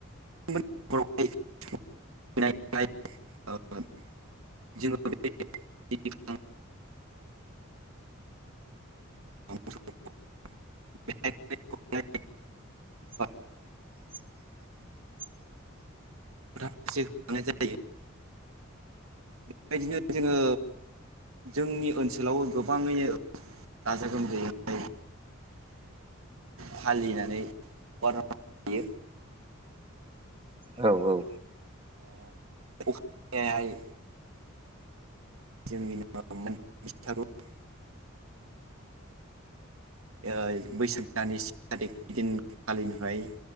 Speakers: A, on the right; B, on the right.
A: <unintelligible> <unintelligible> <unintelligible> <unintelligible> <unintelligible>
B: <inaudible>
A: <unintelligible> ओ बेबायदिनो जोङो जोंनि ओनसोलावबो गोबाङैनो गाजा गोमजायै फालिनानै बारलां होयो।
B: औ औ।
A: ओ <unintelligible> जोंनि <unintelligible> ओ बैसाग दाननि से थारिख दिनखालिनिफ्राय